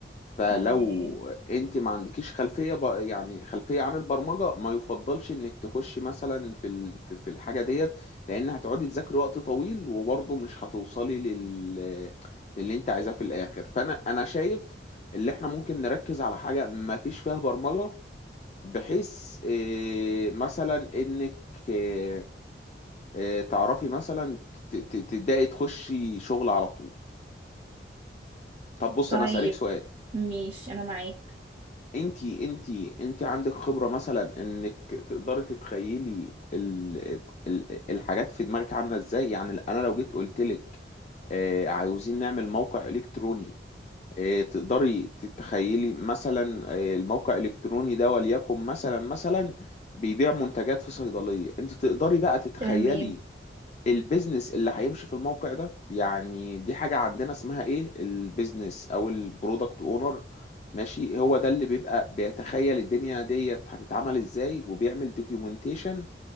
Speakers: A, on the left (about 40°); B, on the right (about 30°).
A: فلو
B: تمام
A: انت ما عندكيش خلفيه ب... يعني خلفيه عن البرمجه ما يفضلش انك تخشي مثلا في ال... في في الحاجه ديت لان هتقعدي تذاكري وقت طويل وبرضه مش هتوصلي لل للي انت عايزاه في الاخر فانا انا شايف اللي احنا ممكن نركز على حاجه ما فيش فيها برمجه بحيث إيه مثلا انك إيه إيه تعرفي مثلا ت- ت- تبداي تخشي شغل على طول طب بص
B: طيب
A: انا اسالك سؤال
B: مش أنا معاك
A: انتي انتي انتي عندك خبرة مثلا انك تقدري تتخيلي ال ال الحاجات في دماغك عاملة ازاي يعني انا لو جيت قلت لك آه عاوزين نعمل موقع الكتروني آه تقدري تتخيلي مثلا آه الموقع الالكتروني ده وليكن مثلا مثلا بيبيع منتجات في صيدلية انت تقدري بقى تتخيلي
B: تمام
A: البيزنس اللي هيمشي في الموقع ده يعني دي حاجة عندنا اسمها ايه البيزنس او البرودكت اونر ماشي هو ده اللي بيبقى بيتخيل الدنيا ديت هتتعمل ازاي وبيعمل دوكيومنتيشن